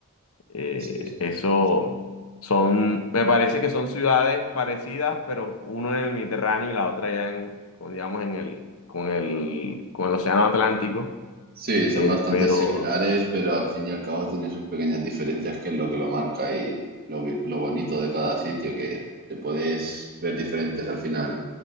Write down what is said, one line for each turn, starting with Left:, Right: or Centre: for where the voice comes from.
Left: Eh,
Right: sí,
Left: eso son, me parece que son ciudades parecidas, pero uno en el Mediterráneo y la otra ya en, como digamos, en el, con el, con el Océano Atlántico.
Right: sí, son
Left: Eh,
Right: bastante
Left: pero
Right: similares, pero al fin y al cabo tienen sus pequeñas diferencias, que es lo que lo marca y lo, bi- lo bonito de cada sitio, que te puedes ver diferentes al final,